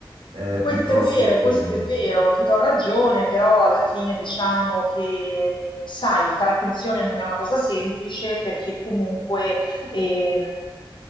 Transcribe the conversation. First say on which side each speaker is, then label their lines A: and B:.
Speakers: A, on the right; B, on the left.
A: eh,
B: questo
A: piuttosto
B: è vero, questo
A: che mm,
B: è vero, ti do ragione, però alla fine diciamo che, sai, fare attenzione non è una cosa semplice perché comunque, ehm,